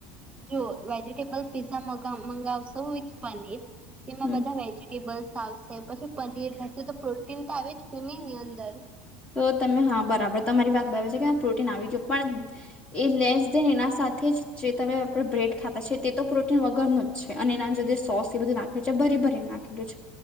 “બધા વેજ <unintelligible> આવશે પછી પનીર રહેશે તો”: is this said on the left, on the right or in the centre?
Right